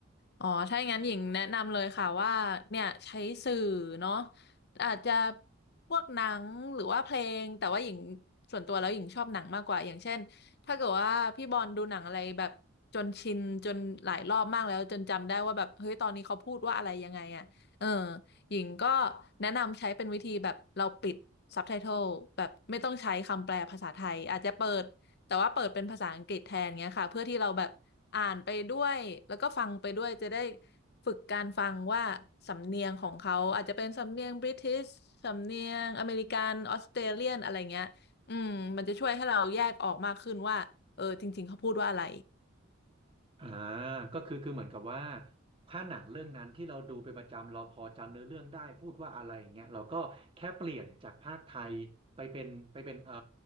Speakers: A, on the left; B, on the right.
A: อ๋อ ถ้าอย่างนั้นหญิงแนะนำเลยค่ะว่าเนี่ยใช้สื่อเนาะอาจจะพวกหนังหรือว่าเพลงแต่ว่าหญิงส่วนตัวแล้วหญิงชอบหนังมากกว่าอย่างเช่นถ้าเกิดว่าพี่บอลดูหนังอะไรแบบจนชินจนหลายรอบมากแล้วจนจำได้ว่าแบบเฮ้ยตอนนี้เขาพูดว่าอะไรยังไงอ่ะเออหญิงก็แนะนำใช้เป็นวิธีแบบเราปิดซับไตเติลแบบไม่ต้องใช้คำแปลภาษาไทยอาจจะเปิดแต่ว่าเปิดเป็นภาษาอังกฤษแทนเงี้ยค่ะเพื่อที่เราแบบ อ่านไปด้วยแล้วก็ฟังไปด้วยจะได้ฝึกการฟังว่าสำเนียงของเขาอาจจะเป็นสำเนียงบริติชสำเนียงอเมริกันออสเตรเลียนอะไรเงี้ยอืมมันจะช่วยให้เราแยกออกมากขึ้นว่าเออจริงๆเขาพูดว่าอะไร
B: อ่าก็คือคือเหมือนกับว่าถ้าหนังเรื่องนั้นที่เราดูเป็นประจำเราพอจำเนื้อเรื่องได้พูดว่าอะไรอย่างเงี้ยเราก็แค่เปลี่ยนจากภาคไทยไปเป็นไปเป็นเอ่อ